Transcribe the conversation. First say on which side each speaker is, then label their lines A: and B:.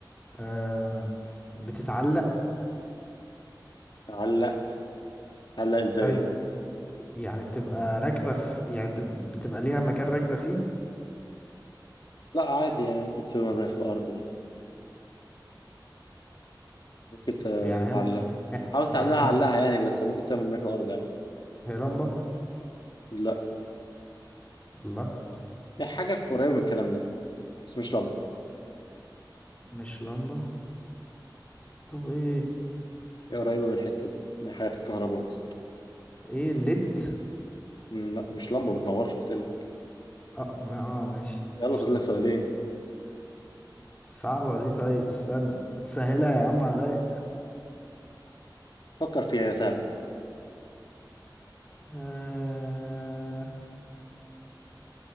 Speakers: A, on the left; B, on the left.
A: آه بتتعلق
B: تعلق تعلق ازاي
A: ايوه
B: يعني
A: يعني بتبقى راكبه في يعني بتبقى, بتبقى ليها مكان راكبه فيه
B: لا عادي يعني ممكن تسيب مرمية في الأرض يعني ممكن ت-
A: يعني
B: تعلقها
A: هم
B: عاوز
A: يعني
B: تعلقها علقها
A: هم
B: يعني بس ممكن تسيب مرمية في الأرض يعني
A: هي لمبه
B: لا
A: الله
B: هي حاجة في- قريبة من الكلام ده بس مش لمبة
A: مش لمبه طب ايه
B: هي قريبة من الحتة دي من حاجات الكهرباء مثلا
A: ايه الليد
B: مم، لا مش لمبة بتنورش قلت لك
A: اه ما اه ماشي
B: يلا
A: مش
B: فاضل
A: لمبه
B: لك سؤالين
A: صعبه دي طيب استنى تسهلها يا عم عليا
B: فكر فيها يا سهلة
A: آه